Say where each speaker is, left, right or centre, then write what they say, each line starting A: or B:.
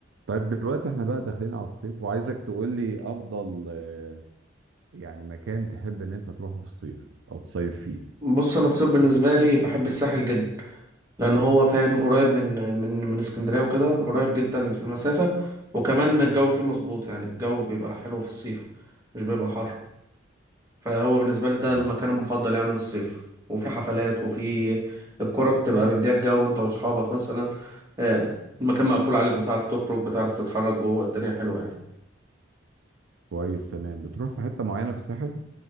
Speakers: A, on the right; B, on the right.
A: طيب دلوقتي احنا بقى داخلين على الصيف وعايزك تقول لي افضل آه، يعني مكان تحب ان انت تروحه في الصيف او تصيف فيه
B: بص انا الصيف بالنسبه لي بحب الساحل جدا لان هو فاهم قريب من من من اسكندريه وكده قريب جدا في المسافه وكمان الجو فيه مظبوط يعني الجو بيبقى حلو في الصيف مش بيبقى حر فهو بالنسبه لي ده
A: تمام
B: المكان المفضل يعني للصيف وفي حفلات وفي الكرة بتبقى مديها الجو انت واصحابك مثلا آه، المكان مقفول عليك بتعرف تخرج بتعرف تتحرك جوه الدنيا حلوه يعني
A: كويس تمام بتروح في حتة معينة في الساحل